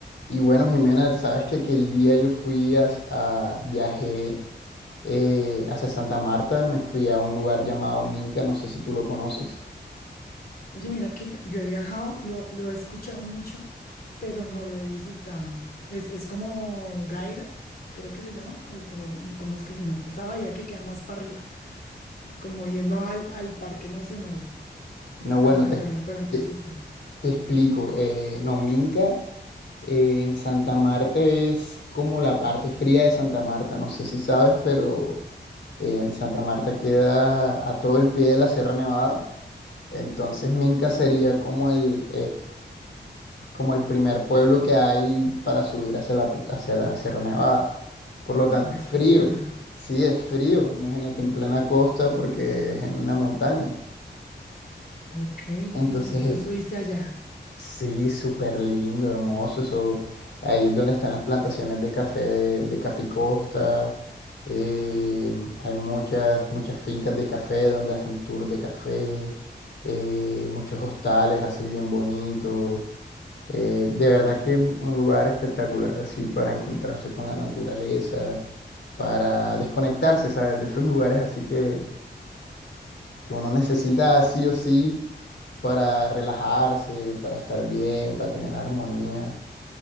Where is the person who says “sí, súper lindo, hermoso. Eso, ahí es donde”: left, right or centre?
Left